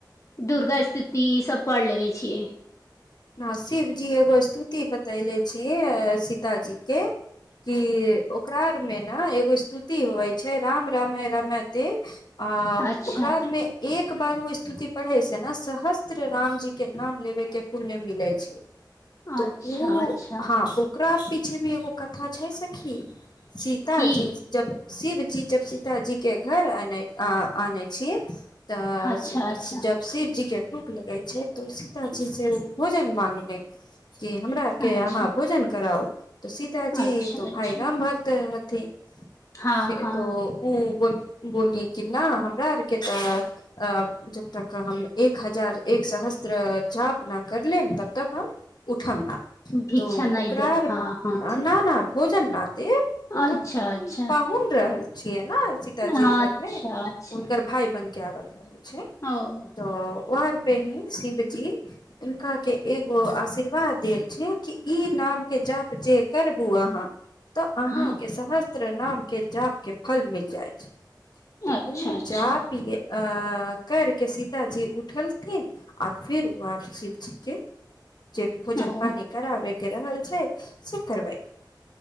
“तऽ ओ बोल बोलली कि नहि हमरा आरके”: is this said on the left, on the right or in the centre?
Left